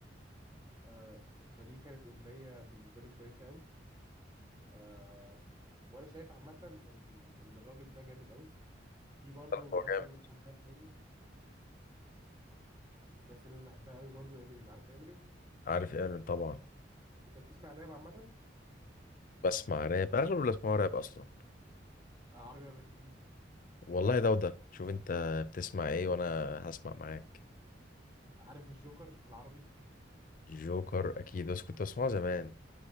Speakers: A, on the right (about 20°); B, on the left (about 45°).
A: آه ف- فدي كانت أغنية بالنسبة لي كويسة أوي آه وأنا شايف عامة إن إن الراجل ده جامد أوي في برضو
B: لا،
A: الناس
B: هو جامد
A: اللي أنا بحبها تاني الناس اللي أنا بحبها أوي برضو إمينيم عارف إمينيم
B: عارف ايه انا طبعا
A: أنت بتسمع راب عامة
B: بسمع راب اغلب اللي بسمعه راب اصلا
A: آه عربي ولا إنجليزي
B: والله ده وده شوف انت بتسمع ايه وانا هسمع معاك
A: عارف الجوكر في العربي
B: جوكر اكيد بس كنت بسمعه زمان